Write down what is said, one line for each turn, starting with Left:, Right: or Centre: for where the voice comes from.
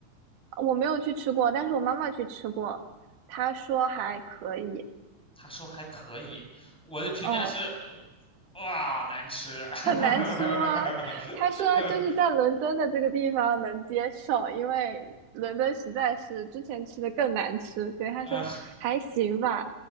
Right: 我没有去吃过，但是我妈妈去吃过，她说还可以。
Centre: 他说还可以，我的评价是，
Right: 嗯，
Centre: 哇，难吃，<laughs>
Right: 很难吃吗？他说就是在伦敦的这个地方能接受，因为伦敦实在是之前吃的更难吃，所以他说还行吧。
Centre: 呃，